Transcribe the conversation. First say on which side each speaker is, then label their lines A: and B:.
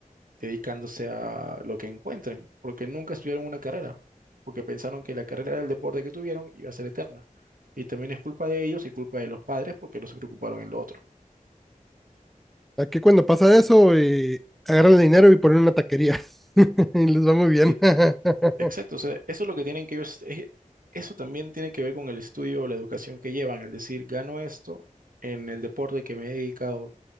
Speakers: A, on the right; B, in the centre.
A: dedicándose a lo que encuentren, porque nunca estudiaron una carrera, porque pensaron que la carrera del deporte que tuvieron iba a ser eterna. Y también es culpa de ellos y culpa de los padres porque no se preocuparon en lo otro.
B: aquí cuando pasa eso, eh, agarran el dinero y ponen una taquería <laughs> y les va muy bien.
A: Lit-
B: <laughs>
A: Exacto, o sea, eso es lo que tienen que ellos, es- eso también tiene que ver con el estudio o la educación que llevan, es decir, gano esto en el deporte que me he dedicado